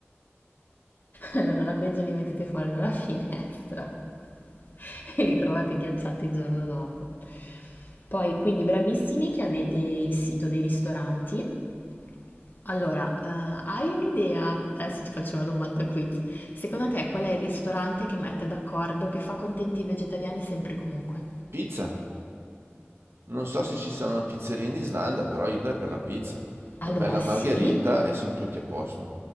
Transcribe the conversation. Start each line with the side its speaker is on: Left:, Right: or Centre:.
Left: Allora la peggio li mettete fuori dalla <laughs> finestra. <laughs> e li trovate ghiacciati il giorno dopo. Poi, quindi bravissimi che avete il sito dei ristoranti. Allora, eh, hai un'idea? Adesso ti faccio una domanda quiz. Secondo te qual è il ristorante che mette d'accordo, che fa contenti i vegetariani sempre e comunque?
Right: Pizza? Non so se ci saranno pizzerie in Islanda, però io andrei per la pizza.
Left: Allora,
Right: Una bella
Left: sì,
Right: margherita e sono tutti a posto.